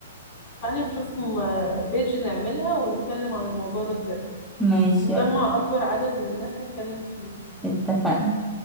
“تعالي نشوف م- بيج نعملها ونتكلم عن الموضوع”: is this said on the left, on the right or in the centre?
Left